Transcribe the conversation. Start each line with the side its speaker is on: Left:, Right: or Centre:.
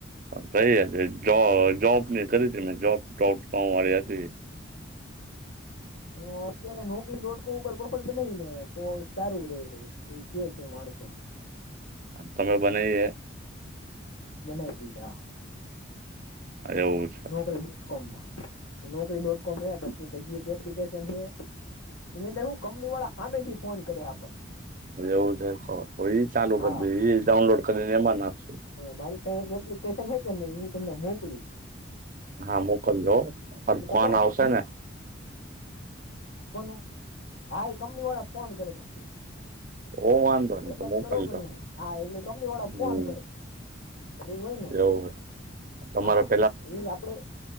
Right: કહી હતી જો જોબ ની કરી હતી મેં જોબ ડોટ કોમ વાળી હતી
Left: હ અત્યારે નોકરી ડોટકો ઉપર પ્રફોલ બનાઈને તો સારું રે છે એવું કે છે માણસો
Right: તમે બનાઈએ
Left: મને <unintelligible>
Right: અરે ઓ
Left: નોકરી ડોટ કોમમાં નોકરી ડોટ કોમ એ આપે એક હજી એપ્લિકેશન હે એની અંદર હું કંપની વાળા હામેથી ફોન કરે આપણને
Right: એવું છે તો એ ચાલુ
Left: હા
Right: કરી દે એ ડાઉનલોડ કરીને એમાં નાખશું
Left: મારી પાહે એક એપ્લિકેશન હે કે નઇ હું તમને મોકલુ
Right: હા મોકલજો પણ
Left: એટલે
Right: ફોન
Left: તમે હું
Right: આવશે ને
Left: કોનું હા એ કંપની વાળા ફોન કરે તમને
Right: તો વાંધો નહી
Left: એટલે
Right: તો મોકલજો
Left: કરો કે નહી હા એટલે કંપની વાળા
Right: હમ
Left: ફોન કરે જરૂર હોય ને
Right: એવું છે. તમારા
Left: હા એવી જ આપડે